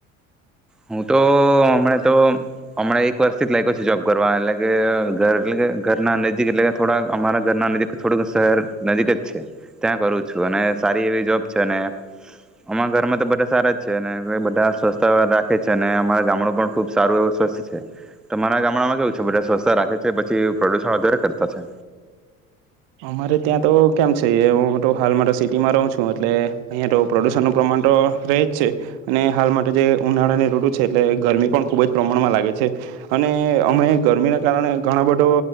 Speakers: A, in the centre; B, on the right.
A: હું તો હમણા તો હમણાં એક વર્ષથી જ લાયકો છું જોબ કરવા, એટલે કે ઘર એટલે કે ઘર ના નજીક એટલે કે થોડા અમારા ઘર ના નજીક થોડુંક શહેર નજીક જ છે ત્યાં કરું છું અને સારી એવી જોબ છે ને અમાણા ઘરમાં તો બધા સારા જ છે બધા સ્વસ્થ રાખ. રાખે છે અને અમારા ગામડું પણ ખુબ સારું એવ સ્વસ્થ છે. તમારા ગામડામાં કેવું છે, બધા સ્વસ્છતા રાખે છે, પછી પ્રદૂષણ વધારે કરતા છે?
B: અમારે ત્યાં તો કેમ છે એ હું તો હાલમાં સિટીમાં રહું છું, એટલે અહીંયા તો પ્રદુષણનું પ્રમાણ તો રહે જ છે અને હાલ માટે જે ઉનાળાની ઋટુ છે એટલે ગરમી પણ ખૂબજ પ્રમાણમાં લાગે છે અને અમે ગરમીના કારણે ઘણા બધો